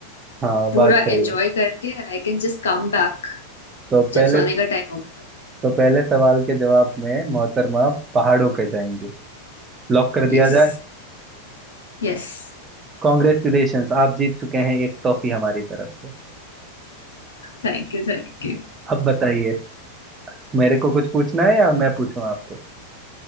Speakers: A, on the right; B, on the left.
A: हाँ
B: पूरा
A: बात सही
B: एंजॉय
A: है
B: करके and I can just come back
A: तो
B: जब
A: पहले
B: सोने का टाइम होगा तो
A: तो पहले सवाल के जवाब में मोहतरमा पहाड़ों पे जाएंगी लॉक कर दिया
B: Yes
A: जाए
B: Yes
A: कॉन्ग्रेचुलेशंस आप जीत चुके हैं एक टॉफी हमारी तरफ से
B: Thank you thank you
A: अब बताइए मेरे को कुछ पूछना है या
B: मैं
A: मैं पूछूं आपको